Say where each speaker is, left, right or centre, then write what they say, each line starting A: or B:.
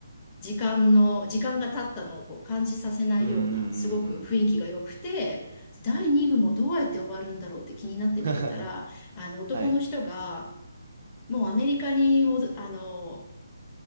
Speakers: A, on the left (about 15°); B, on the right (about 40°).
A: 時間の、時間が経ったのをこう感じさせないような、
B: うんうんうんうんうん。
A: すごく雰囲気が良くて、第2部もどうやって終わるんだろうって気になって見てたら、
B: <laughs>
A: あの、男の人が、
B: はい。
A: もうアメリカにもど、あの、